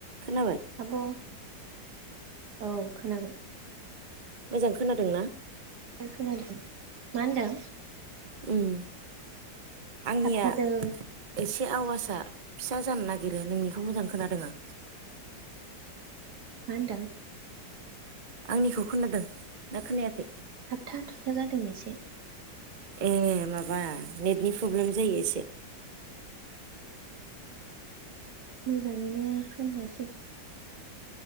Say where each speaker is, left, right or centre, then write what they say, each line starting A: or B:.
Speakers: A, on the right (about 40°); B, on the right (about 65°).
A: खोनाबाय
B: आब' औ खोनाबाय।
A: मोजां खोनादोंना?
B: खोनादों। मा होनदों?
A: उम आंनिया
B: थाबथादों
A: एस एसे आवासा फिसा जानो नागिरो नोंनिखौ मोजां खोनादों आं।
B: मा होनदों?
A: आंनिखौ खोनादों ना खोनायाखै?
B: थाबथा थुबथा जादों एसे।
A: ए माबा नेटनि प्रब्लेम जायो एसे
B: मोजाङैनो खोनायासै